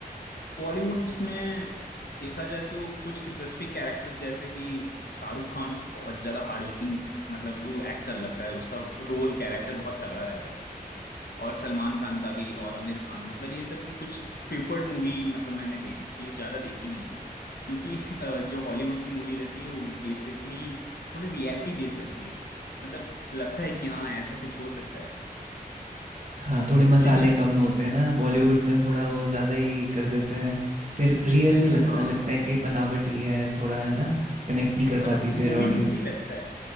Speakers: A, on the left; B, on the right.
A: बॉलीवुड्स में देखा जाए तो कुछ स्पेसिफिक कैरेक्टर्स जैसे कि शाहरुख खान बहुत ज्यादा हार्डवर्किंग मतलब वो एक्टर लगता है उसका रोल कैरेक्टर बहुत तगड़ा रहता है और सलमान खान का भी और आमिर खान मतलब ये सब की कुछ प्रिफर्ड मूवी मतलब मैंने देखी है ज्यादा देखी नहीं है क्योंकि अ, जो हॉलीवुड की मूवी रहती है वो बेसिकली थोड़ी रियलिटी बेस्ड लगती है मतलब लगता है कि हाँ ऐसा कुछ हो सकता है
B: हाँ थोड़े मसाले
A: लेकिन
B: कम होते हैं ना बॉलीवुड में थोड़ा वो ज़्यादा ही कर देते हैं फिर रियल नहीं लगता
A: हाँ
B: लगता है कि बनावटी है थोड़ा है ना कनेक्ट नहीं कर
A: मतलब
B: पाती फिर
A: मूवी
B: ऑडियंस
A: मूवी लगता है